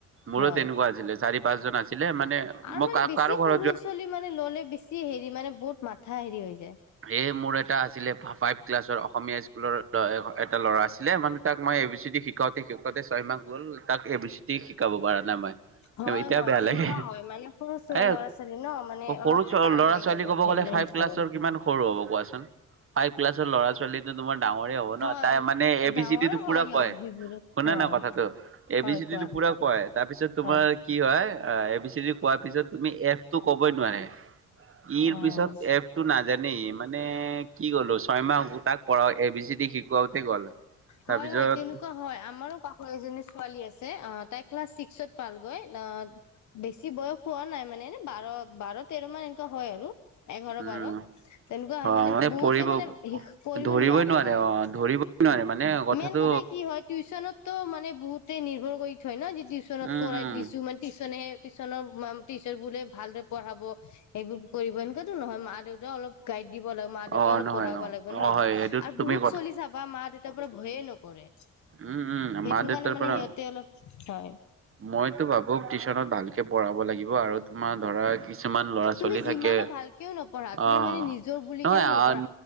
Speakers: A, on the right; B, on the left.
A: মোৰো
B: হয়
A: তেনেকুৱা আছিলে চাৰি পাঁচজন আছিলে মানে
B: আৰু
A: মই
B: মানে
A: কা
B: বেছি
A: কাৰো ঘৰত
B: সৰু
A: যোৱা
B: ছ'লী মানে ল'লে বেছি হেৰি মানে বহুত মাথা হেৰি হয়
A: সে মোৰ এটা আছিলে ফাইভ ক্লাছৰ অসমীয়া স্কুলৰ এটা ল'ৰা আছিলে মানে তাক মই এ বি চি ডি শিকাওঁতে শিকাওঁতে ছয়মাহ গ'ল তাক এ বি চি ডি শিকাব পৰা নাই মই
B: হয়
A: এতিয়াও
B: হয়
A: বেয়া
B: তেনেকুৱা
A: লাগে
B: হয় মানে সৰু
A: এ
B: ল'ৰা ছোৱালী ন মানে
A: সৰু
B: অলপ টান
A: ল'ৰা
B: লাগে
A: ছোৱালী
B: মানে
A: কব গ'লে ফাইভ
B: শিকাবলৈ।
A: ক্লাছৰ কিমান সৰু হ'ব কোৱা চোন, ফাইভ ক্লাছৰ ল'ৰা ছোৱালীটো তোমাৰ ডাঙৰে হ'ব ন
B: হয়
A: তাই মানে এ
B: ডাঙৰো
A: বি চি ডি টো
B: হয়
A: পুৰা
B: সিহঁত
A: কয়
B: সেইবোৰত।
A: শুনা
B: হয়
A: না কথাটো এ
B: হয়
A: বি চি
B: কোৱা
A: ডি টো পুৰা কয় তাৰপিছত তোমাৰ
B: হয়।
A: কি হয় এ বি চি ডি কোৱাৰ পিছত তুমি এফ টো ক'বই নোৱাৰে ই
B: অ',
A: ৰ পিছত এফ টো না যানেই মানে কি ক'লো ছয়মাহ তাক পঢ় এ বি চি ডি শিকাওঁতে গ'ল তাৰপিছত
B: হয় হয় তেনেকুৱা হয় আমাৰো কাষৰ এজনী ছোৱালী আছে অহ তাই ক্লাছ ছি ক্সত পাল গৈ অ বেছি বয়স হোৱা নাই মানে এনে বাৰ বাৰ তেৰ মান এনেকুৱা হয় আৰু এঘাৰ
A: উম
B: বাৰ তেনেকুৱা হয়
A: অ
B: মানে বহুতে
A: পৰিব
B: মানে সে পঢ়িব
A: ধৰিবই
B: নোৱাৰে হয়
A: অ মানে
B: হয়।
A: কথাটো
B: মেইন কথাই কি হয় টিউশচনতো মানে বহুতে নিৰ্ভৰ কৰি থয় ন টিউশচনত
A: উম
B: কৰাই
A: উম
B: দিছো মানেটিউশচনেে টিচনৰ টিচাৰ বোলে ভালদৰে পঢ়াব সেইবোৰ কৰিব এনেকুৱাতো নহয় মা দেউতা অলপ গাইড দিব লাগিব মা দেউতা
A: অ
B: অলপ
A: নহয়
B: পঢ়াব
A: অ
B: লাগিব ন
A: অ হয় সেইটো
B: আৰু
A: তুমি
B: বহুত
A: কথা
B: চলিছাব বাা মা দেউতা ভয়ে নকৰে সেইটো
A: উম উম মা দেউতাৰ
B: কাৰণে মানে
A: পৰা
B: সিহঁতে অলপ হয়
A: মইতো ভাবো টিউচনত ভালকে পঢ়াব লাগিব আৰু তোমাৰ ধৰা কিছুমান ল'ৰা
B: তুমি
A: ছোৱালী
B: যিমানো
A: থাকে
B: ভালকেও নপঢ়া তুমি
A: অ
B: মানে নিজৰ বুলি
A: নহয়
B: কেনে
A: আহ
B: নপঢ়া